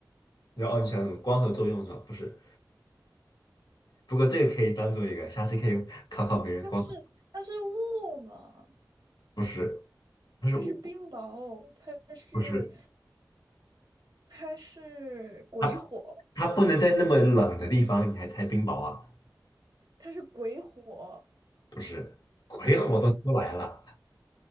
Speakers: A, on the left; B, on the right.
A: 然后哦，你想什么光合作用是吧？不是，不过这个可以当做一个，下次可以考考别人光合
B: 是它是雾嘛，
A: 不是，它是物，
B: 它是冰雹，它是
A: 不是，
B: 它是鬼火，
A: 它它不能在那么冷的地方你还猜冰雹啊？
B: 它是鬼火，
A: 不是，鬼火都出来了，